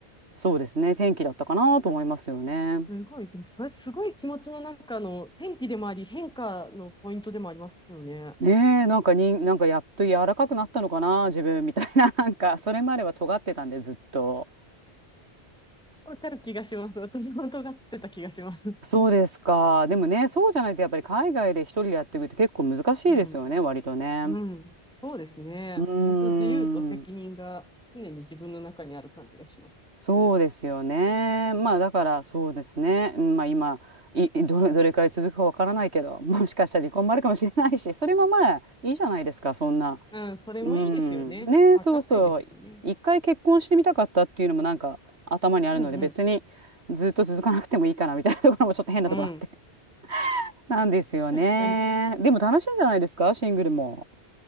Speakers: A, on the right (about 90°); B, in the centre.
A: そうですね転機だったかなと思いますよね。
B: うん。すごい。でも、それすごい気持ちの中の天気でもあり、変化のポイントでもありますよね。
A: ねえなんかになんかやっと柔らかくなったのかな自分みたいな <laughs> なんかそれまでは尖ってたんでずっと。
B: わかる気がします。私も尖ってた気がします。
A: そうですかでもねそうじゃないとやっぱり海外で一人でやっていくって結構難しいですよね割とね。
B: うん。うん。そうですね。
A: うーん
B: 本当自由と責任が常に自分の中にある感じがします。
A: そうですよね。まあだからそうですね。うんまあ今いいどれ、どれくらい続くかわからないけど、<laughs> もしかしたら離婚もあるかもしれないし、それもまあいいじゃないですか、そんな。
B: うん、それもいいですよね。
A: うん。ね、
B: わかんないですしね。
A: そうそう。一回結婚してみたかったっていうのもなんか頭にあるので、
B: うんうん。
A: 別にずっと続かなくてもいいかなみたいなところもちょっと変なところあって。
B: うん。
A: <laughs> なんですよね。
B: 確かに。
A: でも楽しいんじゃないですか、シングルも。